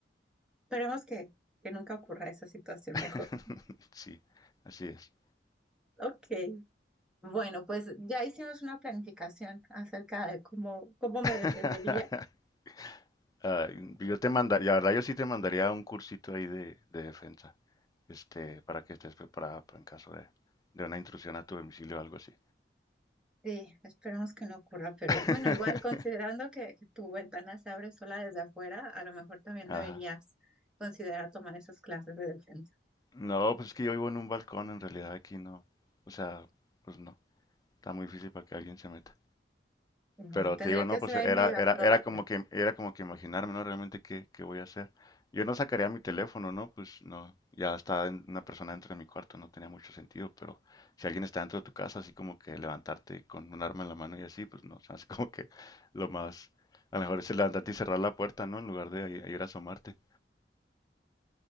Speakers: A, in the centre; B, on the left.
A: Esperemos que, que nunca ocurra esa situación
B: <laughs>
A: mejor.
B: Sí, así es.
A: Ok, bueno, pues ya hicimos una planificación acerca de cómo, cómo me
B: <laughs>
A: defendería.
B: Ah, yo te mandaría, la verdad yo sí te mandaría un cursito ahí de, de defensa, este, para que estés preparada para en caso de, de una intrusión a tu domicilio o algo así.
A: Sí, esperemos que no ocurra, pero
B: <laughs>
A: bueno, igual considerando que, que tu ventana se abre sola desde afuera, a lo mejor también
B: Ajá.
A: deberías considerar tomar esas clases de defensa.
B: No, pues es que yo vivo en un balcón, en realidad aquí no. O sea, pues no. Está muy difícil para que alguien se meta.
A: Bueno,
B: Pero
A: tendría
B: te digo,
A: que
B: no,
A: ser
B: pues
A: ahí
B: era,
A: medio acróbata.
B: era, era como que, era como que imaginarme, ¿no? Realmente qué, qué voy a hacer. Yo no sacaría mi teléfono, ¿no? Pues no, ya está en- una persona dentro de mi cuarto, no tenía mucho sentido, pero si alguien está dentro de tu casa, así como que levantarte con un arma en la mano y así, pues no, se me hace como que lo más, a lo mejor es levantarte y cerrar la puerta, ¿no? En lugar de ir a asomarte.